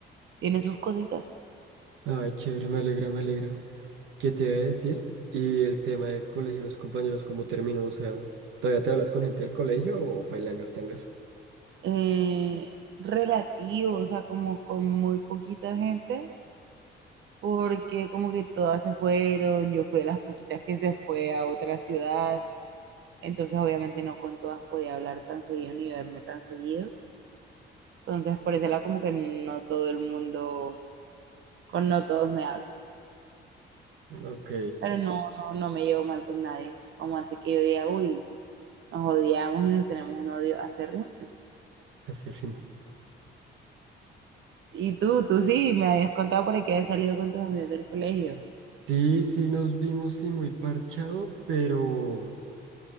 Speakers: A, on the right (about 70°); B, on the right (about 85°).
A: tiene sus cositas.
B: Ay, chévere, me alegra, me alegra. ¿Qué te iba a decir? Y el tema del colegio, los compañeros, ¿cómo terminó? O sea, ¿todavía te hablas con gente del colegio o pailangas tangas?
A: eh, relativo, o sea, como con muy poquita gente, porque como que todas se fueron, yo fui de las poquitas que se fue a otra ciudad, entonces obviamente no con todas podía hablar tan seguido ni verme tan seguido, entonces por ese lado como que no todo el mundo, con no todos me hablo,
B: Ok,
A: pero no, no, no me llevo mal con nadie, como así que yo diga, uy, nos odiamos y nos tenemos un odio acérrimo.
B: ese ritmo.
A: Y tú, tú sí, me habías contado por ahí que habías salido con tus amigos del colegio.
B: Sí, sí, nos vimos, sí, muy parchado, pero,